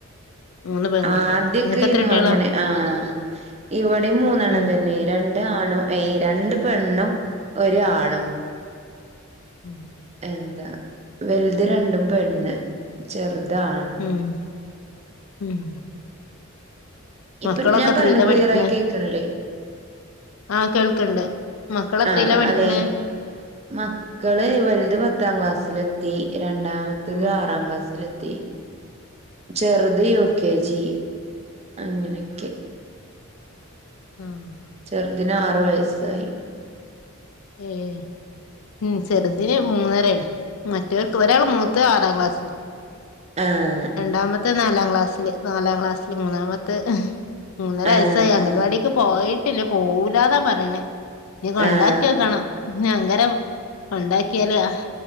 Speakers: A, on the left; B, on the right.
A: മൂന്ന് പെൺകുട്ടികള്
B: ആദ്യൊക്കെയ്നു
A: നിങ്ങക്ക് എത്ര കുട്ടികളാ
B: അങ്ങനെ ആഹ് ഇവടിം മൂന്നെണ്ണതന്നെ
A: ഉം
B: രണ്ട് ആണും ഏയ് രണ്ട് പെണ്ണും ഒര് ആണും
A: ഉം
B: എന്താ വെൽത് രണ്ടും പെണ്ണ് ചെറ്ത് ആണ്
A: ഉം ഉം
B: ഇപ്പൊ
A: മക്കളൊക്കെ
B: ഞാൻ
A: എത്രീലാ
B: പറയ്ണ് ക്ലിയറായി
A: പഠിക്കണേ
B: കേക്ക്ണ്ല്ലേ
A: ആഹ് കേൾക്ക്ണ്ട് മക്കളെത്രയിലാ
B: ആഹ്
A: പഠിക്കണേ
B: ആലെയ് മക്കള് വൽത് പത്താം ക്ലാസ്സ്ലെത്തി, രണ്ടാമ മൂത്തത്
A: ഉം
B: ആറാങ്ക്ളാസ്സ്ലെത്തി ചെറ്ത്
A: ഉം
B: യു. കെ. ജി അങ്ങനെക്കെ
A: ഉം
B: ചെറ്ദ്ന് ആറ് വയസ്സായി
A: ഏഹ് ഉം ചെറ്തിന് മൂന്നരേണ് മറ്റോർക്ക് ഒരാള് മൂത്തത് ആറാം ക്ലാസ്സ്ല്
B: ഏഹ്
A: രണ്ടാമത്തത് നാലാം ക്ലാസ്സില് നാലാം ക്ലാസ്സില് മൂന്നാമത്തത് എഹ് മൂന്നര
B: ആഹ്
A: വയസ്സായി അംഗൽവാടിക്ക്
B: ആഹ്
A: പോയിട്ടില്ല പോവൂലാന്നാ പറിണെ <unintelligible> കൊണ്ടാക്ക്യോക്കണം
B: ആഹ്
A: അങ്കരാ കൊണ്ടാക്ക്യാല് ആഹ്